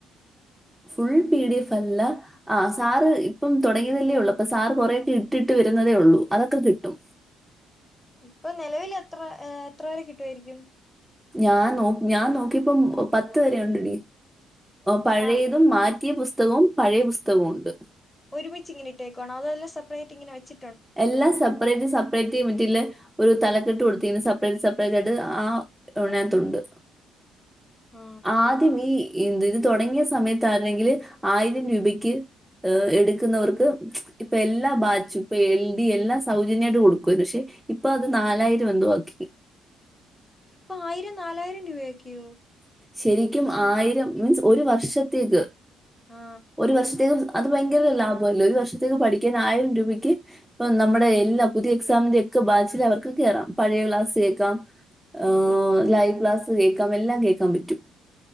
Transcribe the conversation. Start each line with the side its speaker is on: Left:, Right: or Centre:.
Centre: ഫുൾ പി ഡി എഫല്ല ആ സാർ ഇപ്പം തുടങ്ങിയതല്ലേ ഉള്ളൂ അപ്പൊ സാർ കൊറെക്കെ ഇട്ടിട്ട് വരുന്നതേ ഉള്ളൂ അതൊക്കെ കിട്ടും
Left: ഇപ്പൊ നിലവില് എത്ര എത്ര വരെ കിട്ടുവായിരിക്കും
Centre: ഞാൻ നോ ഞാൻ നോക്കിയപ്പം പത്ത് വരെയുണ്ടെടി പഴയ
Left: ആ
Centre: അത്മാറ്റിയ പുസ്തകവും പഴയ പുസ്തകവും ഉണ്ട്
Left: ഒരുമിച്ച് ഇങ്ങനെ ഇട്ടേക്കുവാണോ അതല്ല സെപ്പറേറ്റ് ഇങ്ങനെ വെച്ച്
Centre: എല്ലാം സെപ്പറേറ്റ് സെപ്പറേറ്റി മറ്റേ ല്ല ഒരു തലക്കെട്ട് കൊടുത്തിന് സെപ്പറേറ്റ് സെപ്പറേറ്റ് ആയിട്ട് ആഹ് അതിനകത്തുണ്ട്
Left: ആ
Centre: ആദ്യം നീ ഇത് തുടങ്ങിയ സമയത്താണെങ്കില് ആയിരം രൂപക്ക് ഏഹ് എടുക്കുന്നവർക്ക് ഇപ്പം എല്ലാം ബാച്ചും ഇപ്പൊ എൽ ഡി എല്ലാം സൗജന്യമായിട്ട് കൊടുക്കുവാ പക്ഷെ ഇപ്പൊ അത് നാലായിരം എന്തോവാക്കി
Left: അപ്പൊ ആയിരം നാലായിരം രൂപയാക്കിയോ
Centre: ശരിക്കും ആയിരം മീൻസ് ഒരു വർഷത്തേക്ക്
Left: ആ
Centre: ഒരു വർഷത്തേക്ക് അത് ഭയങ്കര ലാഭമല്ലിയോ ഒരു വർഷത്തേക്ക് പഠിക്കാൻ ആയിരം രൂപയ്ക്ക് ഇപ്പം നമ്മുടെ എല്ലാ പുതിയ എക്സാമിന്റെ ഒക്കെ ബാച്ചില് അവർക്ക് കേറാം പഴയ ക്ലാസ് കേൾക്കാം ആഹ്
Left: ആ
Centre: ലൈവ് ക്ലാസ് കേക്കാം എല്ലാം കേൾക്കാൻ പറ്റും